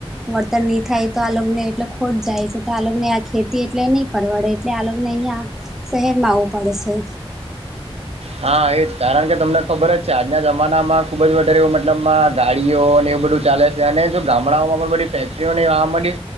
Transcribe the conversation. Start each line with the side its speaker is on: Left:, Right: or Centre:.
Centre: વર્તન નહી થાય તો આ લગ્નને એટલે ખોટ જાય છે, તો આગને આ ખેતી એટલે નહી પરવડે એટલે આગ ને અહિયા શહેરમાં આવવું પડે છે,
Right: હા એજ કારણ કે તમને ખબર જ છે, આજના જમાનામાં ખુબ જ વધારેવ મતલબમાં ગાડીઓ અને એવું બધું ચાલે અને જો ગામડાઓમાં પણ બધી ફેક્ટરીઓની આ મળી